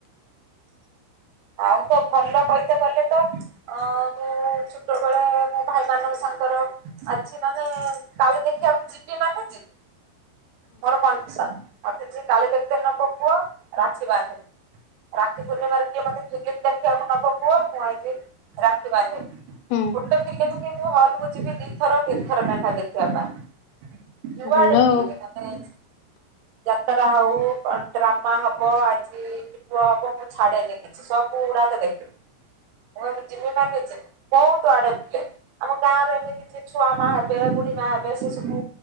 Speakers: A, on the right (about 85°); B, on the left (about 85°).
A: ଆଉ ତ ଭଲ କଇତେ ଗଲେ ତ ଅ ଚ ଛୋଟ ବେଳା ମୋ ଭାଇ ମାନଙ୍କ ସାଙ୍ଗର ଆଜି ମାନେ କାଲି ଦେଖିବାକୁ ଯିବି ନା ଯିବି ମୋର କଣ୍ଡିସନ୍ ମତେ ଯିଏ କାଲି ଦେଖିତେ ନବ କୁହ ରାକ୍ଷୀ ବାନ୍ଧିନି ରାଖୀ ପୂର୍ଣ୍ଣିମାର କିଏ ମତେ ଫିଲ୍ମ ଦେଖିବାକୁ ନବ କୁହ ମୁଁ ଆଜି ରାତି ବାନ୍ଧିବି
B: ହୁଁ
A: ଗୋଟେ ଫିଲ୍ମ କିନ୍ତୁ ହଲକୁ ଯିବି ଦିଥର ତିନି ଥର ନା ଖା ଦେଖିବା ପାଇଁ ଯୁଆଡେ
B: ଭଲ
A: ପିଳ
B: ଆଉ
A: ମାନେ ଜାଟକ ହଉ ପା ଡ୍ରାମା ହବ ଆଜି ପୁ ହବ ମୁଁ ଛାଡେନି କିଛି ସବୁ ଉୁଡାକ ଦେଖିବି ମୁଁ କହିମି ଜିମି ମାନେ ଜିମି ଵହୁତୁ ଆଡେ ବୁଲେ ଆମ ଗାଁ ରେ ଏମିତି ଯିଏ ଛୁଆ ମା ହେବେ ବୁଢୀ ମା ହେବେ ସେ ସବୁ